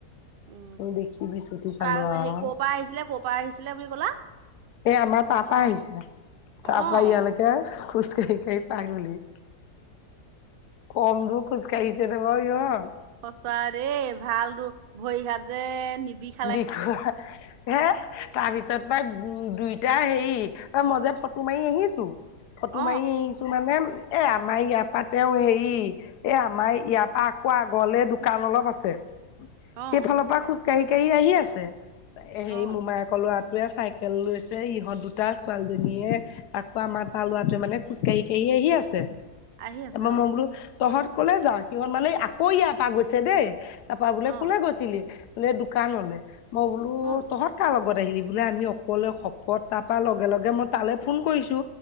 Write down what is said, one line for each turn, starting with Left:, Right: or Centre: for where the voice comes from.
Right: উ।
Left: এই দেখি বিচুতি খালো
Right: হেৰি
Left: আৰু
Right: ক'ৰ পৰা আহিছিলে, ক'ৰ পৰা আহিছিলে বুলি ক'লা?
Left: এই আমাৰ তাৰ পৰা
Right: অ',
Left: আহিছিলে।
Right: অ',
Left: তাৰ পৰা ইয়ালৈকে খোজ কাঢ়ি কাঢ়ি পাই গলহি। কম দূৰ খোজকাঢ়িছে নে বাৰু ইহত।
Right: সঁচা দেই ভাল দূৰ ভৰি হাত যে নিবিষ
Left: বিষায়। হে তাৰ পিছত পাই উ দুইটা হেৰি মই যে ফটো মাৰি আহিছো ফটো
Right: অ
Left: মাৰি আহিছোঁ মানে, এই আমাৰ ইয়াৰ পৰা তেওঁ হেৰি এ আমাৰ ইয়াৰ পৰা আকৌ আগলে দোকান অলপ আছে।
Right: অ
Left: সেইফালৰ পৰা খোজ কাঢ়ি কাঢ়ি আহি আছে। হেৰি
Right: অ
Left: মোমাই ল'ৰাটোৱে চাইকেল লৈছে, ইহঁত দুটা ছোৱালীজনীয়ে আকৌ আমাৰ তাৰ লৰাটোৱে মানে খোজকাঢ়ি কাঢ়ি আহি আছে।
Right: আহি আছে
Left: ত মই
Right: অ
Left: মই বোলো তহঁত কলে যাওঁ? সিহঁত মানে আকৌ ইয়াৰ পৰা গৈছে দেই। তাৰপা বোলে
Right: অ
Left: কলে গৈছিলি? বোলে দোকান হলে মই বোলো
Right: অ
Left: তহঁত কাৰ লগত আহিলি? বোলে আমি অকলে শপত তাৰপৰা লগে লগে মই তালৈ ফোন কৰিছো।